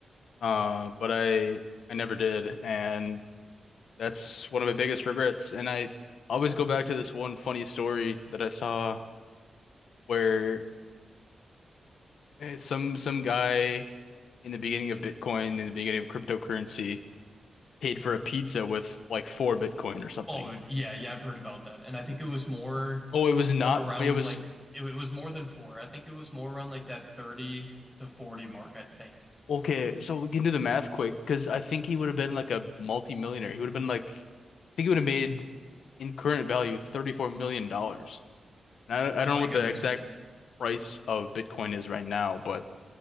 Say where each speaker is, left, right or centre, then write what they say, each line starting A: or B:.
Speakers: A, on the left; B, in the centre.
A: Uh, but I I never did, and that's one of my biggest regrets. And I always go back to this one funny story that I saw where eh, some some guy in the beginning of Bitcoin, in the beginning of cryptocurrency, paid for a pizza with like four Bitcoin or something.
B: Oh, yeah, yeah. I've heard about that, and I think it was more
A: Oh, it was not.
B: of around
A: It was
B: like it, it was more than four. I think it was more around like that thirty to forty mark, I think.
A: Okay, so we can do the math quick because I think he would have been like a multi-millionaire. He would have been like, I think he would have made in current value $34 million. dollars. I,
B: Oh
A: I don't
B: my
A: know what
B: goodness.
A: the exact price of Bitcoin is right now, but